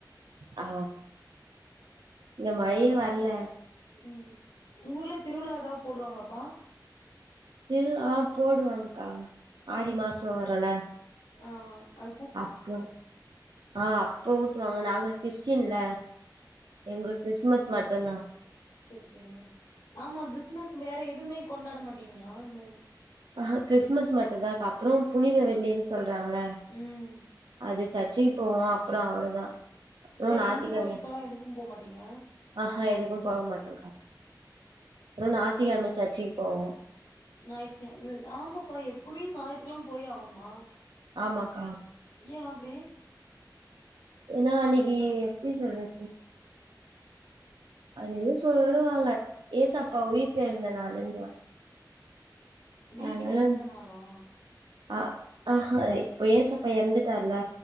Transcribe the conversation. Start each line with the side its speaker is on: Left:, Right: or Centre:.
Right: அ இங்க மழையே வர்ல
Left: ம் உங்க ஊர்ல திருவிழா எதாவது போடுவாங்களாப்பா
Right: திருவிழா ஆ போடுவாங்க்கா ஆடி மாச வருல
Left: ஆ ஆ
Right: அப்போ ஆ அப்போ ஊட்டுவாங்க நாங்க கிறிஸ்ட்டீன்ல எங்களுக்கு கிறிஸ்மஸ் மட்டுந்தா
Left: சேர் சேரி ஆமா கிறிஸ்மஸ் வேற எதுமே கொண்டாட மாட்டீங்களா இந்த
Right: ஆஹா கிறிஸ்துமஸ் மட்டுந்தாக்கா அப்றோ புனித வெள்ளினு சொல்றாங்கள
Left: ம்
Right: அது சர்ச்சுக்கு போவோ அப்புறோ அவ்ளோதா அப்றோ
Left: இது மாரி
Right: ஞாத்திக்கெழம
Left: இந்து கோயிலுக்கெல்லா எதுக்கு போமாட்டீங்க
Right: ஆஹா எதுக்கு போக மாட்டோக்கா அப்றோ ஞாயித்திக்கெழம சர்ச்சுக்கு போவோ
Left: ஞாயித்துக்கெழம ஆமாப்பா எப்புடியு ஞாயித்துக்கெழம போயே ஆகணுமா
Right: ஆமாக்கா
Left: ஏ அப்டி
Right: ஏன்னா அன்னிக்கி எப்டி சொல்றது அது இது சொல்லுவாங்க ஏசப்பா உயிர்த்தெழுந்த நாளுன்னுவா
Left: வீட்ல
Right: அதுனால
Left: இருந்தனாலா
Right: ஆ ஆஹா இப்ப ஏசப்பா எறந்துட்டார்ல